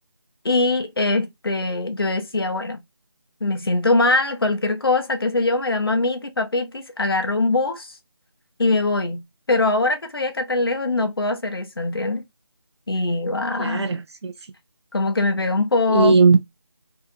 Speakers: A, on the left; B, on the right.
A: Y este, yo decía, bueno. me siento mal, cualquier cosa, qué sé yo, me da mamitis, papitis, agarro un bus y me voy. Pero ahora que estoy acá tan lejos no puedo hacer eso, ¿entiendes? Y guau,
B: Claro, sí, sí.
A: como que me pega un poco.
B: Y